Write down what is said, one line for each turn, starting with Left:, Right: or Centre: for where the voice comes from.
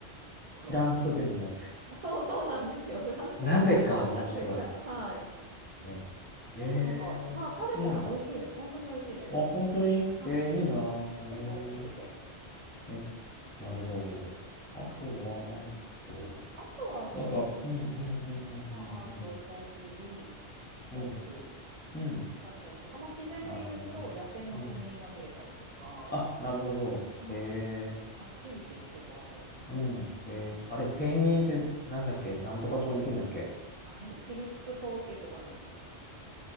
Right: クロワッサンです。
Left: フランスでもなく、
Right: そうそうなんですよ。フランスじゃないの。
Left: なぜかオーストラリ
Right: なぜか。はい。
Left: アね。えー、
Right: でもなんか、まあ食べたら美味しいです。
Left: うん。
Right: 本当に美味しいです。
Left: あ、本当にえーいいな。
Right: はい。
Left: うーん。
Right: 結構大きくて。
Left: え、なるほど。
Right: はい。なんですけど。
Left: あとは、なんだろ
Right: あとはそうですね。
Left: う。なんか、うん、うん、うん、うん、
Right: まあアート、
Left: うん、うん。
Right: コーヒー、スポーツ
Left: うん、うん
Right: だったりとか、まあ自然で言うと野生のペンギンが見れたりとか、
Left: なるほどね。うん。あ、なるほど。
Right: はい。
Left: え
Right: アクティビティも結構あったりします。
Left: ー、うん、
Right: うん。
Left: えー、あれ、ペンギンってなんだっけなんとか島に行くんだっけ
Right: あ、はい、フィリップ島っていうところに行きます。